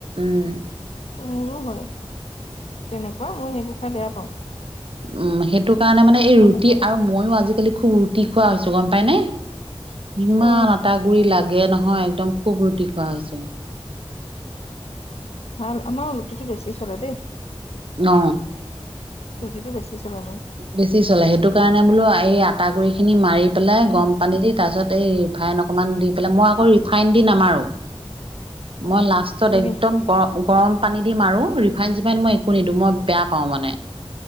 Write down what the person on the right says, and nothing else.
উম।
উম সেইটো কাৰণে মানে এই
ৰুটি
আৰু মইও আজিকালি ৰুটি খোৱা হৈছো। গম পাই নে? ইমান
আটা গুৰি লাগে নহয় একদম। খুব ৰুটি খোৱা হৈছে।
অ,
বেছি চলে। সেইটো কাৰণে ম ই আটা গুৰিখিনি মাৰি পেলাই
গৰম পানী দি তাৰপিছত এই ৰিফাইন অকন অকমান দি পেলাই, মই আকৌ ৰিফাইন দি নামাৰো। মই লাষ্টত
একদম গৰম গৰম পানী দিম আৰু ৰিফাইন -চিফাইন মই একো নিদো মই বেয়া পাওঁ মানে।